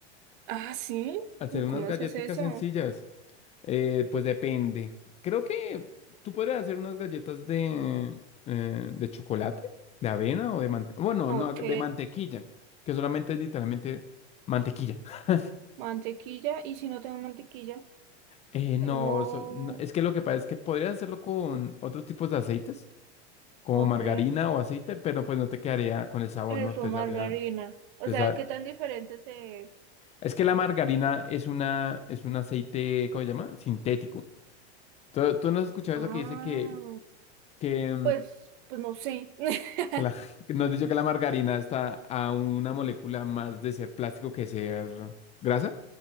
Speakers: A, on the right; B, on the left.
A: Ah, sí.
B: hacer
A: ¿Y
B: unas
A: ¿Cómo
B: galletitas
A: se hace eso?
B: sencillas. Eh, pues depende. Creo que tú podrías hacer unas galletas de, eh, de chocolate, de avena o de mantequilla. Bueno,
A: Ok.
B: no, de mantequilla, que solamente es literalmente mantequilla. <laughs>
A: Mantequilla. ¿Y si no tengo mantequilla?
B: Eh, no,
A: Tengo...
B: so- no, es que lo que pasa es que podrías hacerlo con otros tipos de aceites, como
A: Ok.
B: margarina o aceite, pero pues no te quedaría con el sabor,
A: Eso,
B: no te
A: margarina.
B: sabrían.
A: O
B: te
A: sea,
B: sa-
A: ¿qué tan diferente se...
B: Es que la margarina es una, es un aceite, ¿cómo se llama? Sintético. ¿Tú, tú no has escuchado
A: Ah,
B: eso que dice que, que,
A: pues, pues no sé. <laughs>
B: que la- <laughs> que Nos has dicho que la margarina está a una molécula más de ser plástico que ser grasa,